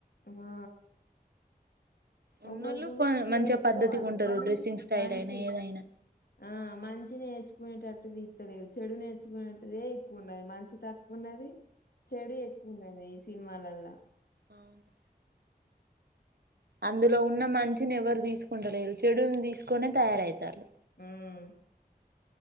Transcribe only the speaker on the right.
ఉన్నోళ్ళు
కొ మంచిగా
పద్ధతిగా ఉంటారు
డ్రెస్సింగ్ స్టైల్
అయినా ఏదైనా
అవును. అందులో ఉన్న మంచిని ఎవరు తీసుకుంటలేరు చెడుని తీసుకొనే తయారయితాండు.